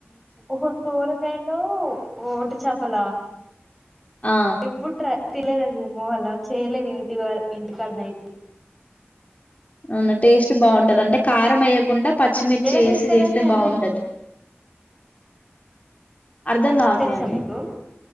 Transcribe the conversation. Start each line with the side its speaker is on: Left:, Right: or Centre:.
Centre: ఓహో సోరకాయలో ఓటి చేపలా
Left: ఆ
Centre: ఎప్పుడు థినాలెధు అండి నేను మ హల్ చెయాలే దీ వ ఇంతకన్నాయితే
Left: అవును టేస్ట్ బాగుంటది అంటే కారం అయ్యకుండా పచ్చిమిర్చి
Centre: ఎలా
Left: వేసి
Centre: చేస్తారు
Left: చేస్తే
Centre: అది అంటే
Left: బాగుంటది అర్ధం కావట్లే
Centre: తెలుసా
Left: అండి
Centre: మీకు